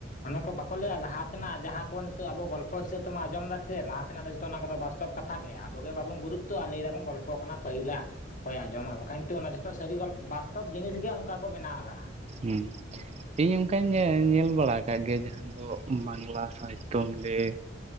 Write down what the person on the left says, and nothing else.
ᱚᱱᱟ ᱠᱚ ᱵᱟᱠᱚ ᱞᱟᱹᱭᱟ ᱞᱟᱦᱟ ᱛᱮᱱᱟᱜ ᱡᱟᱦᱟᱸ ᱠᱚ ᱱᱤᱛᱚᱜ ᱟᱵᱚ ᱜᱚᱞᱯᱷᱚ ᱦᱤᱥᱟᱹᱵ ᱛᱮᱵᱚᱱ ᱟᱸᱡᱚᱢ ᱫᱟ ᱥᱮ ᱞᱟᱦᱟ ᱛᱮᱱᱟᱜ ᱫᱚ ᱡᱚᱛᱚ ᱚᱱᱟ ᱠᱚᱫᱚ ᱵᱟᱥᱛᱚᱵ ᱠᱟᱛ ᱛᱷᱟᱜᱮ ᱟᱵᱚ ᱜᱮ ᱵᱟᱵᱚᱱ ᱜᱩᱨᱩᱛᱛᱚᱜᱼᱟ ᱞᱟᱹᱭ ᱫᱟᱵᱚᱱ ᱜᱚᱞ ᱯᱚᱜ ᱠᱟᱱᱟ ᱯᱟᱹᱦᱤᱞᱟᱜ ᱚᱠᱚᱭ ᱟᱸᱡᱚᱢᱟ ᱵᱟᱠᱷᱟᱡ ᱱᱤᱛᱜ ᱚᱱᱟ ᱡᱚᱛᱚ ᱥᱟᱹᱨᱤ ᱜᱚᱞᱚ ᱵᱟᱥᱛᱚᱵ ᱡᱤᱱᱤᱥ ᱜᱮ ᱚᱱᱠᱟ ᱠᱚ ᱵᱮᱱᱟᱣ ᱟᱠᱟᱜᱼᱟ᱾